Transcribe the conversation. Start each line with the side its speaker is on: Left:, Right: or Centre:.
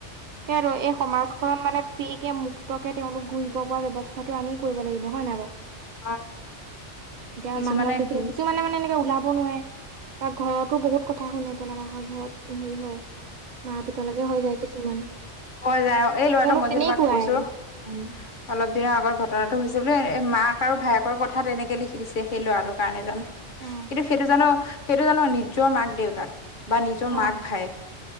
Right: সে আৰু এই সমাজখন মানে ফ্ৰী কে মুক্ত তকে তেওঁলোক ঘূৰিব পৰা ব্যৱস্থাটো আমি কৰিব লাগিব হয় নাই বাও।
Left: অ।
Right: এতিয়া
Left: কিছুমানে
Right: মানুহক দেখিলে
Left: কিন
Right: কিছুমানে মানে এনেকে ওলাব নোৱাই বা ঘৰতো বহুত কথা শুনিব লগা হয় ঘৰত হেৰি হয় মাৰ পিতৰলৈকে হৈ যায় কিছুমান।
Left: হয় যাই অ এই ল'ৰাটো
Right: তেওঁলোক
Left: মই
Right: তেনেকুৱাই
Left: যে তোমাক কৈছো উ অলপ দিনৰ আগত ঘটনাটো হৈছে। বোলে মাক আৰু ভায়েকৰ কথা তেনেকে লিখি দিছে সেই ল'ৰাটোৰ কাৰণে জানে
Right: অ
Left: কিন্তু সেইটো জানো সেইটো জানো নিজৰ মাক দেউতাক বা নিজৰ
Right: অ
Left: মাক ভায়েক